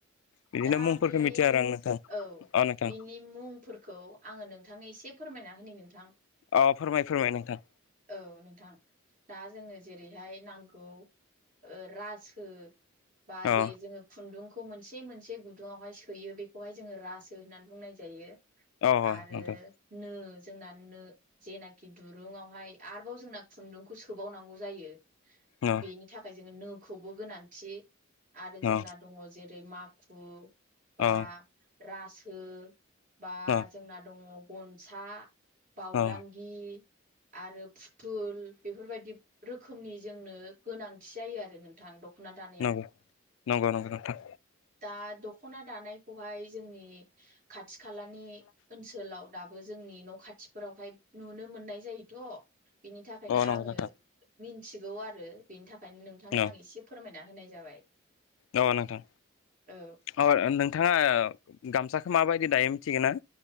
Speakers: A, on the left; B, on the right.
A: बिदिनो
B: दा
A: मुंफोरखौ
B: बे
A: मिथिया आरो आं नोंथां
B: औ
A: अ नोंथां
B: बिनि मुंफोरखौ आङो नोंथांनो एसे फोरमायना होनि नोंथां
A: अ फोरमाय फोरमाय नोंथां
B: औ नोंथां दा जोंनो जेरैहाय नांगौ औ ओ रासो बा जे
A: अ
B: जोङो खुन्दुंखौ मोनसे मोनसे गुदुङावहाय सोयो बेखौहाय जोङो रासो होननानै बुंनाय जायो
A: अ
B: आरो
A: नोंथां
B: नो जोंना नो जेनाखि दुरुंङावहाय आरोबाव जोंना खुन्दुंखौ सोबावनांगौ जायो
A: अ
B: बेनि थाखाय जोङो नोखौबो गोनांथि आरो जोंना
A: अ
B: दङ जेरै माखु बा
A: अ
B: रासो बा
A: अ
B: जोंना दङ गनसा बावदांगि
A: अ
B: आरो फुथुल बेफोरबायदि रोखोमनि जोंनो गोनांथि जायो आरो नोंथां दख'ना दानो
A: नंगौ नंगौ नंगौ नोंथां
B: दा दख'ना दानायखौहाय जोंनि खाथि खालानि ओनसोल ओनसोलाव दाबो जोंनि न' खाथिफोरावहाय नुनो मोननाय जायोथ' बिनि थाखायनो
A: अ
B: आङो
A: नंगौ नोंथां
B: मिथिगौ आरो बेनि थाखायनो नोंथांनो
A: औ
B: आं एसे फोरमायना होनाय जाबाय
A: न'बा नोंथां
B: औ
A: अ नोंथाङा गामसाखौ माबायदि दायो मिथिगोन ना